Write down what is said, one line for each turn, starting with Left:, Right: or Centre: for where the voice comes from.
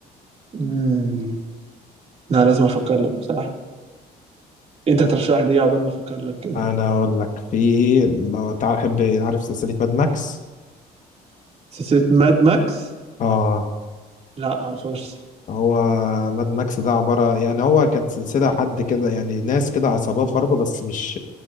Right: إمم، لأ لازم أفكّر لك بصراحة، أنت ترشّح لي إيه عقبال ما أفكّر لك كده؟
Left: انا اقول لك في لو تعال احب عارف سلسله ماد ماكس
Right: سلسلة ماد ماكس
Left: اه
Right: لا معرفهاش
Left: هو ماد ماكس ده عبارة يعني هو كانت سلسلة حد كده يعني ناس كده عصابات برضه بس مش